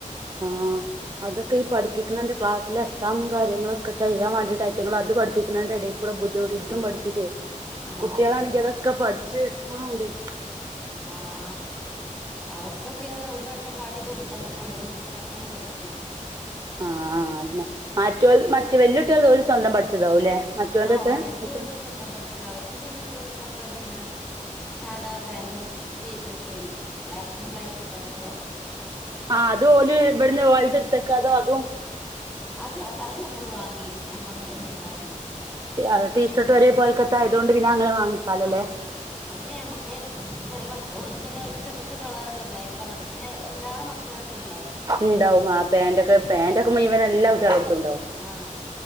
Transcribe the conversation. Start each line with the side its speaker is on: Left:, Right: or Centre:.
Right: ആഹ് അതൊക്കെ ഈ പഠിപ്പിക്കണേന്റെ ക്ലാസിലെ എക്സാമും കാര്യങ്ങളൊക്കെ ചെയ്യാൻ വേണ്ടിട്ട് അറ്റിങ്ങൾ അത് പഠപ്പിക്കിണേന്റെ ഇടേ കൂടെ ബു ഇ ഇതും
Centre: ആഹ്
Right: പഠിപ്പിച്ചേ
Centre: ആഹ്
Right: കുട്ട്യാളാണെങ്കിൽ
Centre: അതെ
Right: അതൊക്കെ പഠിച്ച് എടുക്ണുംണ്ട്
Centre: ആഹ് അവർക്കൊക്കേറ്ഞ്ഞാ ഒരു വട്ടം കാട്ടിക്കൊടുത്താൽ തന്നെ അവര് വേം പെട്ടെന്ന് പഠിക്കും
Right: ആഹ് അതന്നെ മറ്റോ മറ്റ വെല്ല്യട്ട്യളത് ഓല് സ്വന്തം പഠിച്ചു ച്ചതാകും ലെ മറ്റോന്റെ
Centre: ആഹ്
Right: ഒക്കെ
Centre: ഓരത്
Right: മറ്റോ
Centre: ഓര് സ്വന്തം പഠിച്ച അവർക്ക് പിന്നെ ഡ്രെസ്സൊക്കെ പിന്നെ സാധാ പാന്റും ടീഷർട്ടും ഏനി ബ്ലാക്കും ബ്ലാകും ഇട്ടാണ്ട്ലേ
Right: ആഹ് അത് ഓല് ഇവിടുന്ന് ഓലെത് ഇട്ത്ത്ക്കാതെ അതും
Centre: അത് അല്ലാ അത് ഞമ്മള് വാങ്ങി ഞമ്മള് ഇള്ളത് തന്നെ
Right: അത്‌ ടീഷർട്ട്‌ ഒരേ പോൽക്കത്ത ആയത്കൊണ്ട് പിന്നെ അങ്ങനെ വാങ്ങിക്കാലൊ
Centre: ആഹ്
Right: ലെ
Centre: അത് പിന്നെ നമ്മുക്ക് ചെറിയ മക്ക ഓൽക്കന്നെ ഇഷ്ടപ്പെട്ടൊരു കളറല്ലേ ബ്ലാാക്ക്റിയ്ണത് പിന്നെ എല്ലാ മക്കളെ അടുത്തുണ്ടാവും
Right: ഇണ്ടാവും ആ പാന്റ് ഒക്കെ
Centre: ഉം
Right: പാന്റൊക്കെ മുയുവൻ എല്ലാ കുട്ട്യാളെടുത്തും ഇണ്ടാവും
Centre: ആഹ്